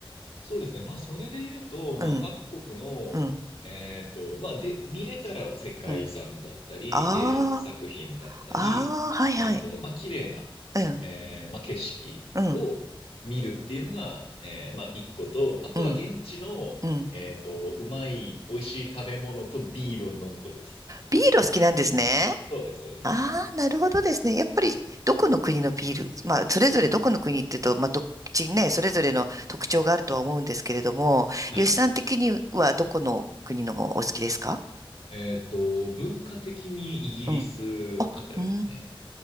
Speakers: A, on the left (about 80°); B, on the right (about 35°).
A: そうですね。まあ、それで言うと、まあ、
B: うん、
A: 各国の、
B: うん、
A: えっと、まあ、で、見れたら世界遺産だったり、
B: うん。あ
A: 芸術作品だったり、
B: あ、ああ、はいはい。
A: えっと、まあ、綺麗な、
B: うん、
A: えーまあ、景色を見るっていうのが、
B: うん、
A: えーまあ、一個と、あとは現地の、
B: うん、うん。
A: えっと、うまい、美味しい食べ物とビールを飲むことです。
B: ビールお好きなんですね。
A: そうです、そうです。
B: ああ、なるほどですね。やっぱり、どこの国のビール、まあ、それぞれどこの国っていうと、まあ、どっちね、それぞれの特徴があるとは思うんですけれども、
A: はい。
B: 吉さん的にはどこの国のお好きですか
A: えっと、文化的にイギリスあたりですね。
B: うん。あ、うー